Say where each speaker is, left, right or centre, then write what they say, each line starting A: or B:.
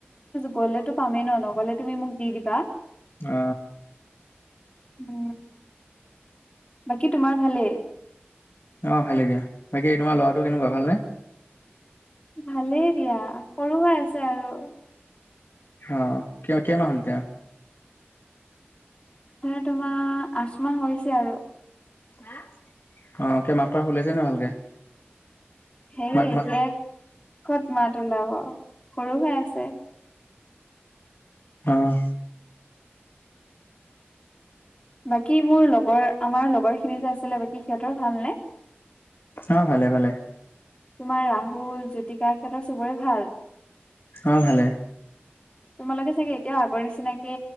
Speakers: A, on the left (about 25°); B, on the left (about 60°).
A: গ'লে তো পামেই ন নগলে তুমি মোক দি দিবা।
B: অ।
A: উম। বাকী তোমাৰ ভালেই?
B: অঁ ভালেই দিয়া, বাকী তোমাৰ ল'ৰাটো কেনেকুৱা ভালনে?
A: ভালেই দিয়া, সৰু হৈ আছে আৰু।
B: অ কে কেইমাহ হ'ল এতিয়া?
A: ধৰ, তোমাৰ আঠমাহ হৈছে আৰু।
B: অ, কি মাতষাৰ উলাইছে নাই ভালকে?
A: সেই
B: মা
A: এতিয়া
B: মা
A: ক'ত মাত ওলাব সৰু হৈ আছে।
B: অঁ।
A: বাকী মোৰ লগৰ আমাৰ লগৰ খিনি যে আছিলে বাকী সিহঁতৰ ভালনে?
B: অঁ, ভালে ভালে।
A: তোমাৰ ৰাহুল, জ্যোতিকা সিহঁতৰ চবৰে ভাল?
B: অঁ, ভালেই।
A: তোমালোকে চাগে এতিয়াও আগৰ নিচিনাকে